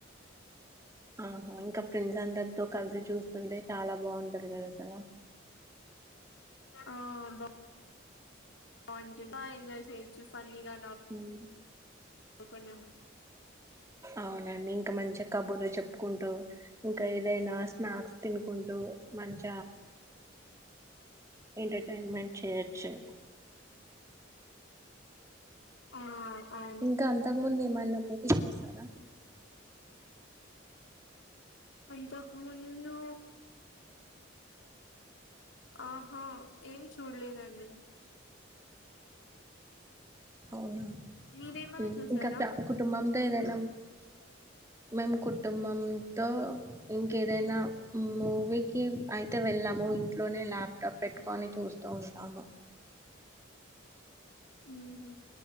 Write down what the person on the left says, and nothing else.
<inaudible> ఆ బా బాగుంట్. ఎంజాయ్ చేయిచ్చు ఫన్నీగా.
కొంచెం <unintelligible>
ఆ అవును
అంతకు ముందు ఆహా ఏం చూడ్లేదండి
మీరేమన్నా
చూసారా
<inaudible>
వూ హమ్